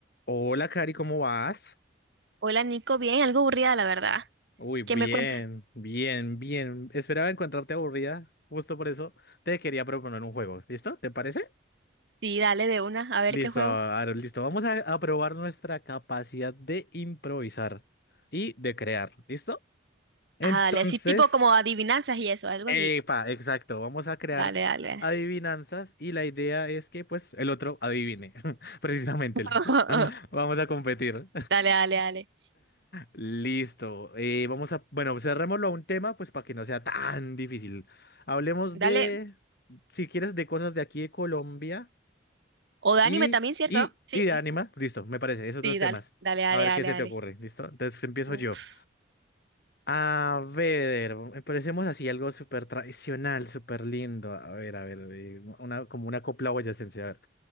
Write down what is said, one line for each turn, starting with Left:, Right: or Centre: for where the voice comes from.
Left: Hola, Cari, ¿cómo vas?
Right: Hola Nico, bien, algo aburrida la verdad.
Left: Uy, bien,
Right: ¿Qué me cuentas?
Left: bien, bien. Esperaba encontrarte aburrida, justo por eso te quería proponer un juego. ¿Listo? ¿Te parece?
Right: Sí, dale de una, a ver
Left: Listo,
Right: qué juego.
Left: Aaron, listo. Vamos a, a probar nuestra capacidad de improvisar y de crear. ¿Listo? Entonces,
Right: Ajá, dale, así tipo como adivinanzas y eso, algo
Left: epa,
Right: así.
Left: exacto. Vamos a crear
Right: Dale, dale.
Left: adivinanzas y la idea es que, pues, el otro adivine. <laughs> Precisamente,
Right: <laughs>
Left: ¿listo? <laughs> Vamos a competir.
Right: Dale, dale, dale.
Left: Listo. eh, vamos a, bueno, cerrémoslo a un tema, pues para que no sea tan difícil. Hablemos
Right: Dale.
Left: de, si quieres, de cosas de aquí de Colombia
Right: O de
Left: y,
Right: anime también, ¿cierto?
Left: y,
Right: Sí,
Left: y de Anima. Listo, me parece, esos
Right: sí,
Left: dos temas.
Right: dale. Dale, dale,
Left: A ver
Right: dale,
Left: qué se
Right: dale.
Left: te ocurre, ¿listo? Entonces empiezo
Right: Uf.
Left: yo. A ver, empecemos así, algo súper tradicional, súper lindo. A ver, a ver, eh, una, como una copla boyacense. A ver,